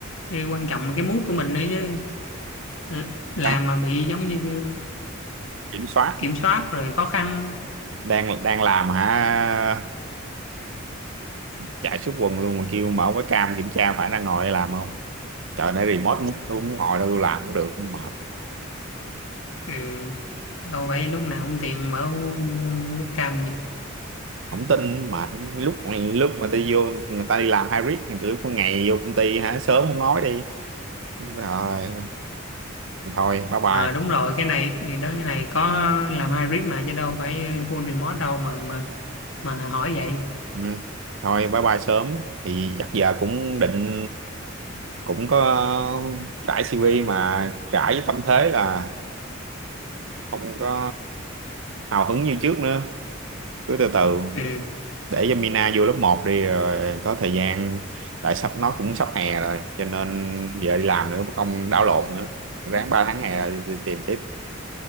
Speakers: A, on the left; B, on the right.
A: cái quan trọng là cái mood của mình nữa chứ L- làm
B: đang
A: mà bị giống như
B: kiểm soát
A: kiểm soát rồi khó khăn
B: đang đang làm hả chạy suốt quần luôn mà kêu mở cái cam kiểm tra phải đang ngồi đây làm không trời nay remote muốn tôi muốn ngồi đâu tôi làm cũng được mệt
A: ừ. đâu phải lúc nào cũng tiền mở webcam gì
B: không tin mà lúc lúc mà tôi vô người ta đi làm hybrid thì từ lúc có ngày vô công ty hả sớm không nói đi rồi thôi bye bye
A: ờ đúng rồi cái này thì đó cái này có làm hybrid mà chứ đâu phải full remote đâu mà mà mà hỏi vậy
B: ừ. thôi bye bye sớm thì chắc giờ cũng định cũng có rải CV mà rải với tâm thế là không có hào hứng như trước nữa cứ từ từ
A: ừ.
B: để cho Mina vô lớp một đi rồi có thời gian tại sắp nó cũng sắp hè rồi cho nên giờ đi làm nữa mà không đảo lộn nữa ráng 3 tháng hè rồi thì tìm tiếp